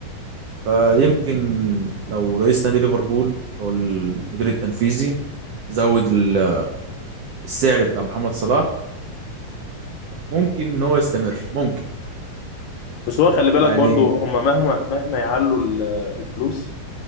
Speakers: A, on the right; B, on the left.
A: فيمكن لو رئيس نادي ليفربول او المدير التنفيذي زود ال- السعر بتاع محمد صلاح ممكن ان هو يستمر ممكن
B: بس هو خلي بالك
A: يعني
B: برضو هما مهما مهما يعلوا ال- الفلوس